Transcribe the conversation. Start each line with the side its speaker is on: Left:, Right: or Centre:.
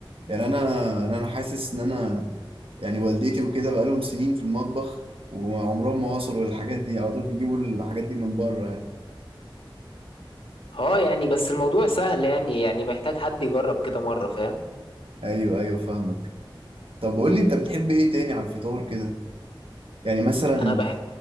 Right: يعني انا انا أنا حاسس ان انا يعني والدتي وكده بقى لهم سنين في المطبخ وعمرهم ما وصلوا للحاجات دي على طول بيجيبوا الحاجات دي من بره يعني
Left: اه يعني بس الموضوع سهل يعني يعني محتاج حد يجرب كده مره فاهم
Right: ايوه ايوه فاهمك طب قول لي انت بتحب ايه تاني على الفطار كده يعني مثلا
Left: انا بح...